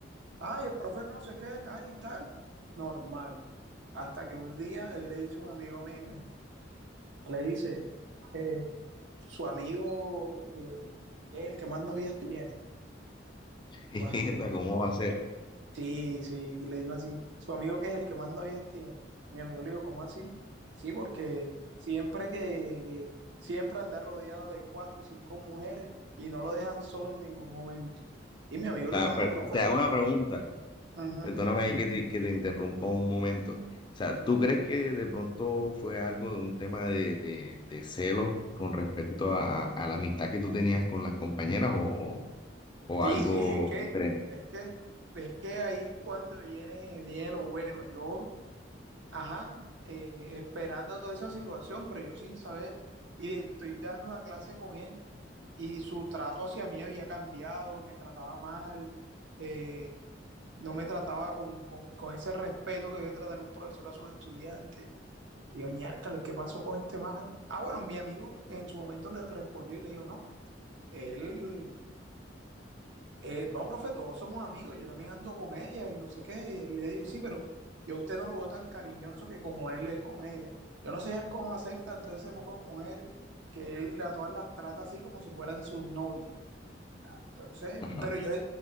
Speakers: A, on the right; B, on the left.
A: ay, el profe no sé qué, ay, tal. Normal. Hasta que un día él le dice a un amigo mío, le dice, eh, su amigo, eh, que es el que más novias tiene,
B: <laughs> Mierda,
A: cuando
B: ¿Cómo va a ser?
A: Sí, sí, le dijo así. Su amigo que es el que más novias tiene. Mi amigo le dijo, ¿cómo así? Sí, porque siempre que, que- siempre anda rodeado de cuatro o cinco mujeres y no lo dejan solo en ningún momento. Y mi amigo
B: O sea,
A: le dijo, no,
B: pero
A: profe.
B: te hago una pregunta.
A: Ujú.
B: Perdóname ahí que te, que te interrumpa un momento. O sea, ¿tú crees que de pronto fue algo de un tema de, de, de celos con respecto a, a la amistad que tú tenías con las compañeras o, o, o
A: Sí,
B: algo
A: sí, es que,
B: diferente?
A: es que, es que ahí cuando viene, viene lo bueno. Yo Ajá, eh, esperando toda esa situación, pero yo sin saber, y estoy dando una clase con él y su trato hacia mí había cambiado, me trataba mal, eh, no me trataba con, con- con ese respeto que debe tratar un profesor a sus estudiantes. Y yo, "Ñércoles, ¿qué pasó con este man? Ah, bueno, mi amigo en su momento le respondió y le dijo, no, él eh, no, profe, todos somos amigos, yo también ando con ella y no sé qué. Y le digo, sí, pero yo a usted no lo veo tan cariñoso que como él es con ella. Yo no sé ya cómo aceptan todas esas pocas mujer que él a todas las trata así como si fueran sus novias. Entonces,
B: Ajá.
A: pero yo,